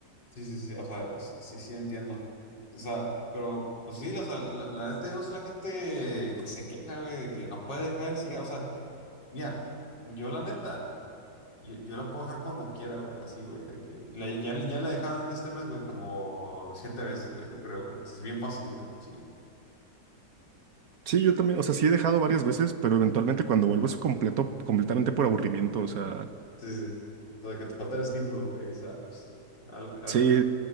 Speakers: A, on the left (about 85°); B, on the right (about 60°).
A: Sí, sí, sí, o sea, sí, sí entiendo. O sea, pero pues sí, o sea, la, la neta yo no sé la gente que se queja, güey, de que no puede dejar el cigarro. O sea, mira, yo la neta, yo, yo la puedo dejar cuando quiera, güey, así, güey. de que la- ya, ya la he dejado en este mes, güey, como siete veces, güey, yo creo, güey. Es bien fácil, güey, chile.
B: Sí, yo también, o sea, sí he dejado varias veces, pero eventualmente cuando vuelvo es completo, completamente por aburrimiento, o sea,
A: Sí, sí. sí. O sea, que te falta el estímulo, güey, y, o sea, pues, al- arre.
B: sí,